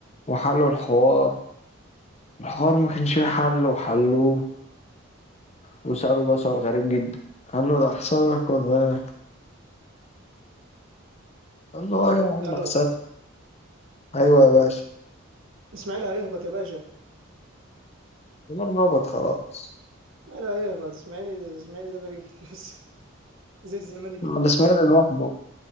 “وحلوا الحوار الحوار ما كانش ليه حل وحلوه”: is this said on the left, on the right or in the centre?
Left